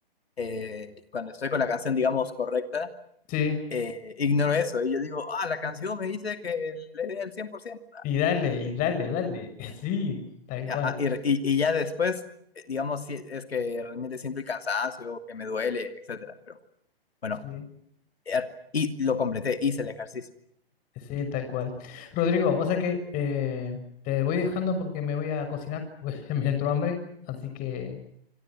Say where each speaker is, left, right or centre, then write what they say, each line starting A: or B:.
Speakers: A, on the left; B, on the left.
A: Eh, cuando estoy con la canción, digamos, correcta
B: Sí,
A: eh, ignoro eso. Y yo digo, ah, la canción me dice que le dé el cien por ciento
B: Y dale, y dale, dale. <laughs> Sí, tal
A: Ajá,
B: cual.
A: y, re- y, y ya después, eh, digamos, si es que realmente siento el cansancio, que me duele, etcétera. Pero bueno,
B: Sí,
A: er- y lo completé, hice el ejercicio.
B: sí, tal cual. Rodrigo, o sea que eh, te voy dejando porque me voy a cocinar, porque <laughs> me entró hambre. Así que